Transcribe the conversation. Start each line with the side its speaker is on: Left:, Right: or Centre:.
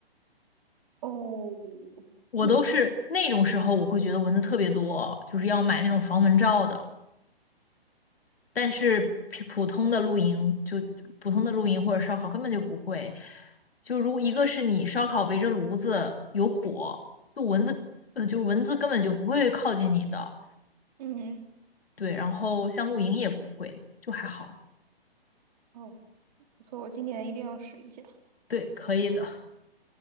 Right: 哦，
Left: 我都是那种时候，
Right: 嗯，
Left: 我会觉得蚊子特别多，就是要买那种防蚊罩的。但是普普通的露营，就普通的露营或者烧烤根本就不会。就如果一个是你烧烤围着炉子有火，就蚊子，呃，就蚊子根本就不会靠近你的。
Right: 嗯，
Left: 对，然后像露营也不会，就还好。
Right: 哦，不错，我今年一定要试一下。
Left: 对，可以的。